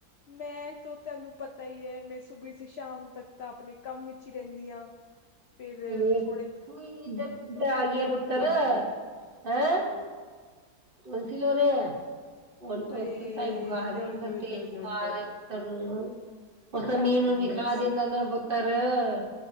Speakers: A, on the left (about 75°); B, on the right (about 40°).
A: ਮੈਂ ਤ ਤੁਹਾਨੂੰ ਪਤਾ ਹੀ ਹੈ ਮੈਂ ਸੁਬੇ ਸੀ ਸ਼ਾਮ ਤੱਕ ਤਾਂ ਆਪਣੇ ਕੰਮ ਵਿੱਚ ਹੀ ਰਹਿੰਦੀ ਹਾਂ ਫਿਰ
B: ਤੂੰ
A: ਥੋੜੇ
B: ਇੱਧਰ ਕਿੱਧਰ ਆ ਗਈ ਆ ਪੁੱਤਰ, ਹੈਂ? ਟੋਨਸਿਲ ਹੋ ਰਿਹਾ, ਹੁਣ
A: ਓਏ
B: ਉਸ ਤੇਜ ਬੁਖਾਰ
A: ਲੋ
B: ਹੈ ਇਧਰ
A: ਲੋ
B: ਤੇਜ਼
A: ਲੋ
B: ਬੁਖਾਰ
A: ਲੋ ਲੋ
B: ਓ ਸਮੀਰ
A: ਕਿਆ
B: ਨੂੰ
A: ਕਰੀਏ
B: ਵੀਖਾ ਦਿੰਦਾ ਨਾ ਪੁੱਤਰ ਅ।